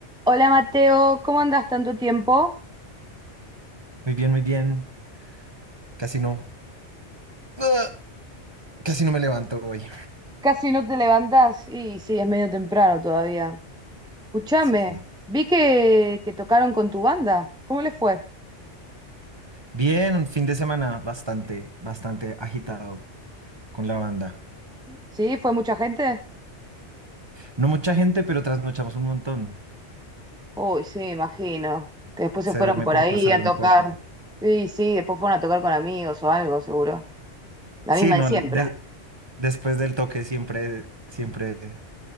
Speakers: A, in the centre; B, on the right.
A: Hola Mateo, ¿cómo andas tanto tiempo?
B: Muy bien, muy bien. Casi no. ¡Ugh! Casi no me levanto hoy.
A: Casi no te levantas y sí, es medio temprano todavía. Escúchame,
B: Sí, sí.
A: vi que, que tocaron con tu banda. ¿Cómo les fue?
B: Bien, un fin de semana bastante, bastante agitado con la banda.
A: ¿Sí? ¿Fue mucha gente?
B: No mucha gente, pero trasnochamos un montón.
A: Uy, sí, imagino. Que después
B: Se
A: se fueron
B: duerme
A: por
B: poco,
A: ahí
B: se duerme
A: a tocar.
B: poco.
A: Sí, sí, después fueron a tocar con amigos o algo, seguro. La
B: Sí,
A: misma
B: no,
A: de siempre.
B: de- después del toque siempre, siempre,